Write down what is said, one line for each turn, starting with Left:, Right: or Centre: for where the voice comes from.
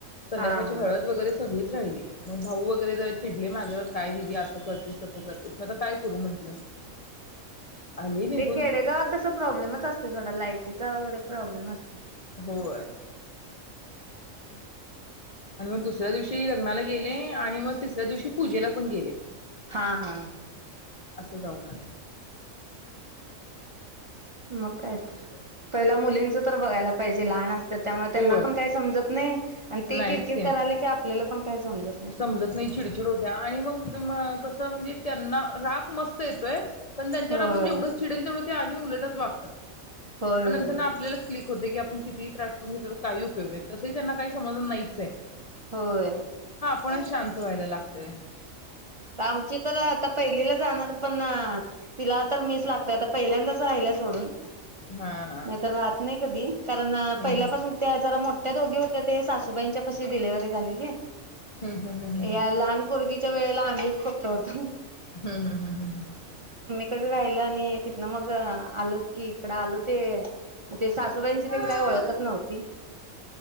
Left: संध्याकाळची
Right: हा हा
Left: हळद वगैरे सगळेच राहिली मग भाऊ वगैरे जरा चिडले माझ्यावर काय दिदी असं करतेस तसं करतेस मग आता काय करू म्हंटलं. आले निघून
Right: ते खेडेगावात तस प्रॉब्लेमच असतो सोडा लाइटीचा वगैरे प्रॉब्लेम असतो. <inaudible>
Left: होय <unintelligible> दुसऱ्या दिवशी लग्नाला गेले आणि मग तिसऱ्या दिवशी पूजेला पण गेले.
Right: हा हा
Left: असं जाऊन आले
Right: मग काय तर पहिला मुलींच तर बघायला पाहिजे लहान असते त्यामुळे त्यांना
Left: होय
Right: पण काय समजत नाही. आणि ते
Left: नाहीच
Right: किरकिर
Left: की
Right: करायले आपल्याला पण काही समजत नाही
Left: समजत नाही चिडचिड होत्या आणि मग कस म्हणजे त्यांना राग मस्त येतोय पण त्यांच्यावर
Right: होय
Left: आपण जेवढ चिडल तेवढ आणि उलटच वाग मग
Right: होय
Left: नंतर
Right: होय
Left: आपल्यालाच क्लि होतोय की आपल्याला किती त्रास काही उपयोग नाही तस ही त्यांना काहीच समजल नाहीच आहे.
Right: होय
Left: कोणाला शांत व्हायला लागतय.
Right: आमची तर आता पहिलीला जाणार पण तिला तर मीच लागतोय आता पहिल्यांदाच राहिल्या सोडून.
Left: हा
Right: नाही तर राहत नाही कधी कारण
Left: हम्म
Right: पहिल्यापासून त्या जरा मोठ्या दोघी होत्या ते सासु सासुुबाईंच्यापशी डिलेव्हरी झालेली?
Left: हम्म हम्म हम्म हम्म
Right: या लहान पोरगी च्यावेळेला मीच फक्त होतो.
Left: हम्म, हम्म, हम्म, हम्म.
Right: इकडे राहिलं आणि तिथनं मग आलोच की इकड आलो ते सासूबाईची
Left: हम्म
Right: तेन काय ओळखच नव्हती